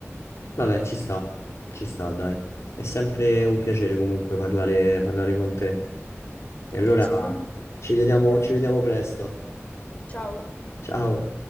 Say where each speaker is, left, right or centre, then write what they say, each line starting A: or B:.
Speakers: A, on the left; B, on the left.
A: Vabbè, ci sta, ci sta, dai. È sempre un piacere comunque parlare, parlare con te. E allora
B: Piacere mio.
A: ci vediamo, ci vediamo presto.
B: Ciao.
A: Ciao.